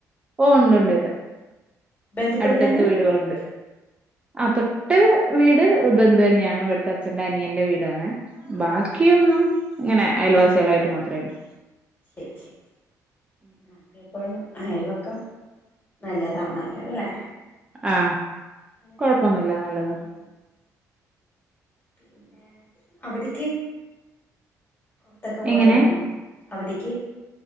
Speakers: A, on the right (about 15°); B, on the left (about 30°).
A: ഓഹ് ഒണ്ട്ണ്ട് ഇണ്ട്
B: ബന്ധുക്കൾ
A: അടുത്തടുത്ത്
B: തന്നെ
A: വീടുകളുണ്ട് ആ തൊട്ട് വീട് ബന്ധു തന്നെയാണ് ഇവിടുത്തെ അച്ഛ്ന്റെ അനിയന്റെ വീടാണ് ബാക്കി
B: ഉം ഉം
A: ഒന്നും ഇങ്ങനെ അയൽവാസികളായിട്ട് മാത്രേള്ളൂ
B: ശരി ശരി നമുക്ക്- അപ്പോഴും അയൽവക്കം നല്ലതാണല്ലോ അല്ലേ
A: ആഹ
B: അങ്ങനെയാണെങ്കിലോ
A: കൊഴപ്പൊന്നുമില്ല നല്ലത
B: ഉം പിന്നെ അവധിക്ക് പൊറത്തൊക്കെ പോയാരുന്നോ
A: എങ്ങനെ
B: അവധിക്ക്